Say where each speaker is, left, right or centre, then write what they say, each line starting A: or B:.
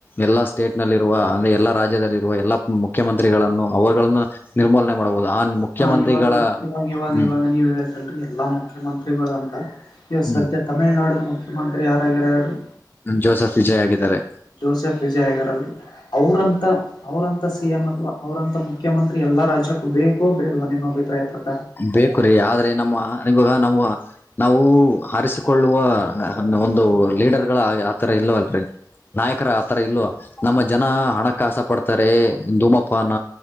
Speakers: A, on the left (about 30°); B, on the left (about 75°).
A: ಎಲ್ಲಾ ಸ್ಟೇಟ್ ನಲ್ಲಿರುವ ಅಂದ್ರೆ ಎಲ್ಲಾ ರಾಜ್ಯದಲ್ಲಿರುವ ಎಲ್ಲಾ ಮುಖ್ಯಮಂತ್ರಿಗಳನ್ನು ಅವರು ನಿರ್ಮೂಲನೆ ಮಾಡಬಹುದು ಆ ಮುಖ್ಯಮಂತ್ರಿಗಳ
B: ಹಾ ಇವಾಗ ಇವಾಗ ಇವಾಗ
A: ಹ್ಮ್
B: ಇವಾಗ ನೀವ್ ಹೇಳಿದ್ರೆ ಅಲ್ರಿ ಎಲ್ಲ ಮುಖ್ಯಮಂತ್ರಿಗಳು ಅಂತ ಇವ್
A: ಹ್ಮ್
B: ಸದ್ಯ ತಮಿಳ್ನಾಡ ಮುಖ್ಯಮಂತ್ರಿ ಯಾರಗ್ಯಾರ ಹೇಳರಿ
A: ಜೋಸಫ್ ವಿಜಯ್ ಆಗಿದ್ದಾರೆ
B: ಜೋಸೆಫ್ ವಿಜಯ್ಗಾರಲ್ರಿ ಅವ್ರಂತ ಅವರಂತ ಸಿಎಂ ಅಥವಾ ಅವ್ರಂತ ಮುಖ್ಯಮಂತ್ರಿ ಎಲ್ಲಾ ರಾಜ್ಯಕ್ಕೂ ಬೇಕೋ ಬೇಡುವ ನಿಮ್ಮ ಅಭಿಪ್ರಾಯ ಪ್ರಕ
A: ಬೇಕು ರೀ ಆದ್ರೆ ನಮ್ಮ ಇವಾಗ ನಾವು ನಾವು ಆರಿ ಕೊಳ್ಳುವ ಒಂದು ಲೀಡರ್ಗಳ ಆತರ ಇಲ್ಲವಲ್ರಿ ನಾಯಕರ ಆತರ ಇಲ್ವ ನಮ್ಮ ಜನ ಹಣಕ್ಕ ಆಸ ಪಡ್ತಾರೆ ಧೂಮಪಾನ